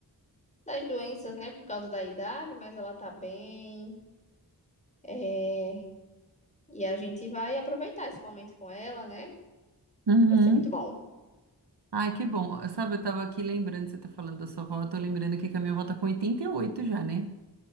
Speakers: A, on the left; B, on the right.
A: das doenças, né, por causa da idade, mas ela tá bem. É, e a gente vai aproveitar esse momento com ela, né?
B: Uhum.
A: Vai ser muito bom.
B: Ai, que bom. Eu- Sabe, eu tava aqui lembrando, você tá falando da sua avó, eu tô lembrando aqui que a minha avó tá com 88 já, né?